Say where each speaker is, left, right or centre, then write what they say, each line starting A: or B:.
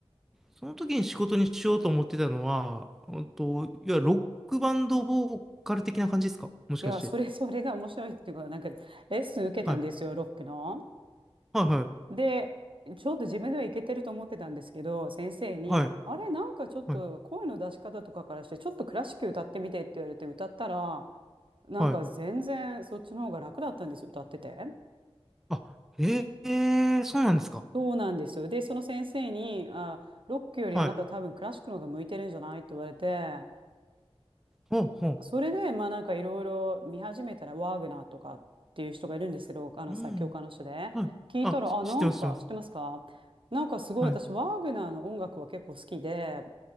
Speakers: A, in the centre; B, on the right.
A: その時に仕事にしようと思ってたのは、うんと、いわゆるロックバンドボーカル的な感じですかもしかして。
B: いや、それ、それが面白いっていうか、なんかレッスン受けたんですよ、
A: はい。
B: ロックの。
A: はいはい。
B: で、ちょっと自分ではいけてると思ってたんですけど、先生に、
A: はい。
B: あれ、なんかちょっと声の出し方とかからして、
A: はい。
B: ちょっとクラシック歌ってみてって言われて歌ったら、なんか全然そっちの方が楽だったんですよ、
A: はい。
B: 歌ってて。
A: あ、へえ、そうなんですか。
B: そうなんですよ。で、その先生に、あ、ロックよりあなた多分クラシックの方が向いてるんじゃないって言われて、
A: はい。ほうほ
B: それで、まあなんかいろいろ見始めたら、ワーグナーとかっていう人がいるんですけど、あの作曲家の人で、
A: う。うん。はい。
B: 聞いたら、
A: あ、し、
B: あ、
A: 知ってます、
B: なんか知ってますかなんかすごい私、
A: 知ってます。はい。
B: ワーグナーの音楽は結構好きで、